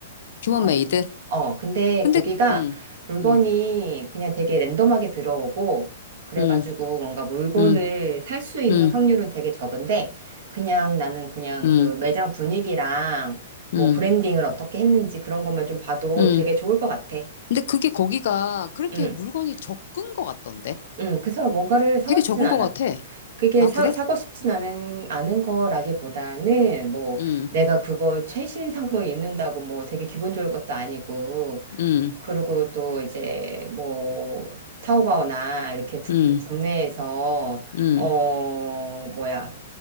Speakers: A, on the left; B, on the right.
A: 휴먼메이드.
B: 어, 어, 근데
A: 근데,
B: 거기가
A: 응,
B: 물건이
A: 응.
B: 그냥 되게 랜덤하게 들어오고, 그래가지고
A: 음,
B: 뭔가 물건을
A: 음,
B: 살 수 있는
A: 음,
B: 확률은 되게 적은데, 그냥 나는 그냥
A: 음,
B: 그 매장 분위기랑 뭐
A: 음,
B: 브랜딩을 어떻게 했는지 그런 것만 좀 봐도
A: 음.
B: 되게 좋을 것 같아.
A: 근데 그게 거기가 그렇게
B: 응,
A: 물건이 적은 것 같던데?
B: 응. 그래서 뭔가를 사고
A: 되게
B: 싶진
A: 적은
B: 않아.
A: 것 같아.
B: 그게
A: 아,
B: 사,
A: 그래?
B: 사고 싶진 않은, 않은 거라기보다는 뭐
A: 음,
B: 내가 그거 최신 상품을 입는다고 뭐 되게 기분 좋을 것도 아니고,
A: 음,
B: 그리고 또 이제 뭐 타오바오나 이렇게 국,
A: 음,
B: 국내에서
A: 음,
B: 어 뭐야